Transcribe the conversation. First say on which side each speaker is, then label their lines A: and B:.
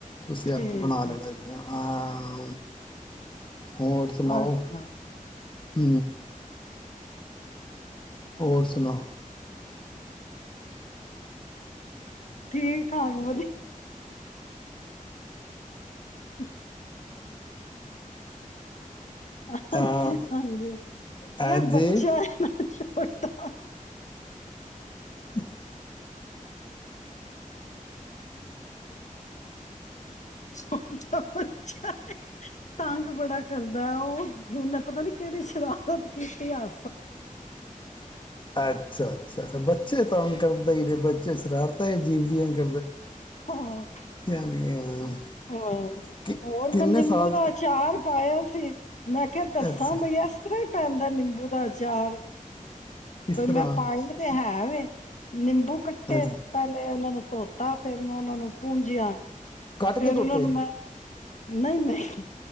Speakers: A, on the left; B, on the left.
A: ਤੁਸੀ ਆਪੇ
B: ਠੀਕ
A: ਬਣਾ ਲੈਵੁਗੇ।
B: ਹੈ,
A: ਹਾਂ। ਹੋਰ, ਸੁਣਾਓ?
B: ਅੱਛਾ।
A: ਹ ਹੋਰ ਸੁਣਾ?
B: ਠੀਕ- ਠਾਕ ਵਧੀ ਹ ਹਾਂਜੀ,
A: ਅਹ,
B: ਹਾਂਜੀ ਇਹ
A: ਹਾਂਜੀ
B: ਬੱਚਾ ਏ ਨਾ, ਛੋਟਾ।
A: ਹ
B: ਛੋਟਾ ਬੱਚਾ ਏ, ਤੰਗ ਬੜਾ ਕਰਦਾ ਏ, ਉਹ। ਉਹਨੇ ਪਤਾ ਨੀ, ਕਿਹੜੀ ਸ਼ਰਾਰਤ। ਕੀਥੇ ਹਾ
A: ਅੱਛਾ-ਅੱਛਾ, ਅੱਾ ਬੱਚੇ ਤਾਂਗ ਕਰਦੇ ਹੀ ਨੇ, ਬੱਚੇ ਸ਼ਰਾਰਤ ਜੀਂਦੀ ਆਂ ਕ
B: ਹਾਂ,
A: ਦੀਆਂ
B: ਹਾਂ,
A: ਕਿ
B: ਹੋਰ
A: ਕਿੰਨੇ
B: ਮੈਂ, ਨਿੰਬੂ
A: ਸਾਲ
B: ਦਾ ਅਚਾਰ ਪਾਇਆ ਸੀ। ਮੈਂ ਕਿਹਾ, ਦੱਸਾਂ
A: ਅੱਛਾ
B: ਬਈ ਏਸ ਤਰ੍ਹਾਂ ਹੀ ਪੈਂਦਾ ਨਿੰ ਬੂ ਦਾ ਅਚਾਰ
A: ਕਿਸ
B: ਬਈ
A: ਤਰ੍ਹਾਂ
B: ਮੈਂ ਪਾਏ ਤੇ, ਹੈ, ਵੇ ਨਿੰਬੂ ਕੱਟੇ,
A: ਅੱਛਾ
B: ਪਹਿਲੇ ਉਹਨਾ ਨੂੰ ਧੋ ਫੇਰ, ਮੈਂ ਉਹਨਾਂ ਨੂੰ ਪੂੰਜਿਆ
A: ਕੱਟ
B: ਫੇਰ
A: ਕੇ, ਧੋਤੇ।
B: ਉਹਨਾਂ ਨੂੰ ਮੈਂ ਨਹੀਂ, ਨਹੀਂ